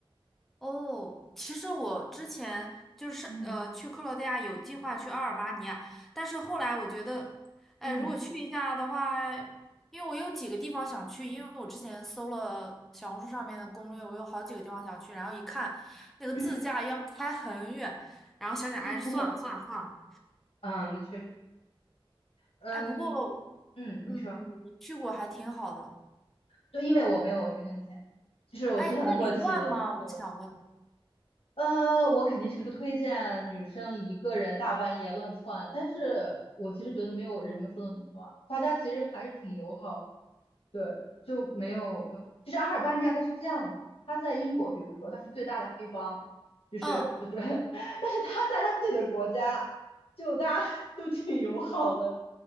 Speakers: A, in the centre; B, on the left.
A: 哦，其实我之前就是呃去克罗地亚有计划去阿尔巴尼亚，
B: 嗯
A: 但是后来我觉得，哎，
B: 嗯。
A: 如果去一下的话，因为我有几个地方想去，因为我之前搜了小红书上面的攻略，我有好几个地方想去，然后一看那个自驾要开很远，
B: 嗯，
A: 然后想想，哎，
B: <laughs>
A: 算了算了算了，
B: 嗯，那确实，嗯
A: 哎，不过
B: 嗯，
A: 嗯，
B: 你说，
A: 你去过还挺好的，
B: 对，因为我没有申根签，就是我之前的过期了。
A: 哎，那里乱吗？我想问。
B: 对，呃，我肯定是不推荐女生一个人大半夜乱窜，但是我其实觉得没有人们说的那么多，大家其实还是挺友好的。对，就没有，没有就是阿尔巴尼亚它是这样子，它在英国，比如说它是最大的黑帮，就是就是，
A: 嗯，
B: <laughs> 但是它在它自己的国家，就大家 <laughs> 都挺友好的，